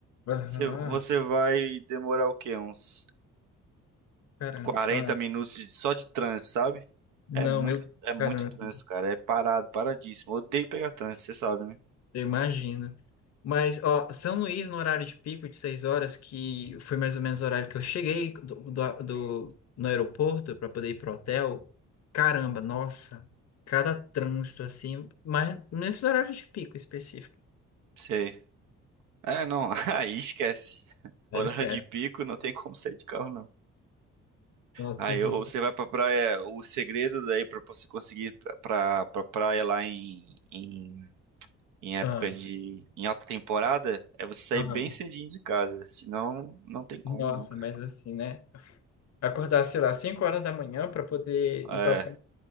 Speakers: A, on the left (about 60°); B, on the right (about 85°).
A: Aham.
B: você, você vai demorar o quê? Uns
A: Caramba.
B: 40 minutos de- só de trânsito, sabe?
A: Não,
B: É muito,
A: eu.
B: é muito
A: Caramba.
B: trânsito, cara. É parado, paradíssimo. Odeio pegar trânsito, você sabe, né?
A: Eu imagino. Mas, ó, São Luís, no horário de pico de seis horas, que foi mais ou menos o horário que eu cheguei do, do, do- no aeroporto para poder ir pro hotel, caramba, nossa, cada trânsito assim, mas nesses horários de pico específico,
B: Sei. É, não, <laughs> aí esquece.
A: aí
B: Horário
A: esquece.
B: de pico, não tem como sair de carro, não.
A: Nossa,
B: Aí
A: terrível.
B: ou você vai pra praia, o segredo daí pra você conseguir pra, pra, pra praia lá em, em em época
A: Ah,
B: de, em alta temporada, é você sair
A: ah,
B: bem cedinho de casa. Senão, não tem como,
A: nossa,
B: não, cara.
A: mas assim, né? Acordar, sei lá, cinco horas da manhã para poder
B: É,
A: ir para.